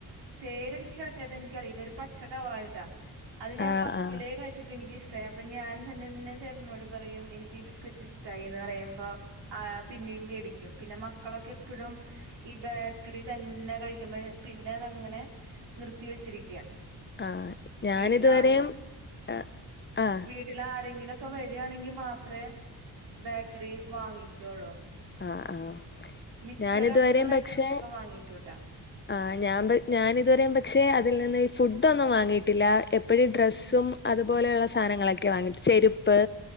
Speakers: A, on the right; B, on the left.
A: പേരെനിക്ക് കറക്റ്റായിട്ട് എനിക്കറിയില്ല ഒരു പച്ച കവറായിട്ടാ അത് ഞാൻ
B: ആഹ്
A: ഫസ്റ്റിലെ
B: ആഹ്
A: കഴിച്ചപ്പോ എനിക്ക് ഇഷ്ട ഷ്ടാ അപ്പൊ ഞാൻ തന്നെന്നെ ചേട്ടനോട് പറയും എനിക്ക് ബിസ്ക്കറ്റ് ഇഷ്ടായിന്ന് പറയുമ്പോ ആ പിന്നെയും മേടിക്കും പിന്നെ മക്കളൊക്കെ എപ്പഴും ഈ ബേക്കറി തന്നെ കഴിക്കുമ്പോ പിന്നെ അതങ്ങനെ നിർത്തി വെച്ചിരിക്ക
B: ആഹ് ഞാനിതുവരെയും
A: വീട്ടിൽ
B: ആഹ് ആഹ്
A: ട്ടിലാരെങ്കിലുക്കെ വരാണെങ്കിൽ മാത്രെ ബേക്കറി വാങ്ങിക്കുള്ളൂ
B: ആഹ് ആഹ്
A: മിക്സച്ചർ
B: ഞാനിതുവരെയും
A: അങ്ങനെയുള്ള
B: പക്ഷെ
A: ഐറ്റംസ് ഒക്കെ വാങ്ങിക്കുട്ടാ
B: ആഹ് ഞാൻ പ ഞാാനിതുവരെ പക്ഷെ അതിൽ നിന്ന് ഫുഡൊന്നും വാങ്ങിയിട്ടില്ല എപ്പഴും ഡ്രസ്സും അതുപോലെയുള്ള സാധനങ്ങളൊക്കെയാ വാങ്ങിട്ട് ചെരുപ്പ്